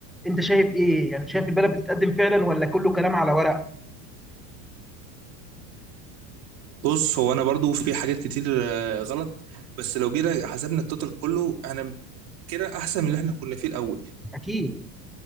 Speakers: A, in the centre; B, on the right.
A: انت شايف ايه يعني شايف البلد بتتقدم فعلا ولا كله كلام على ورق
B: بص هو انا برضو في حاجات كتير آه، غلط بس لو جينا حسبنا التوتال كله انا كده احسن من اللي احنا كنا فيه الاول
A: اكيد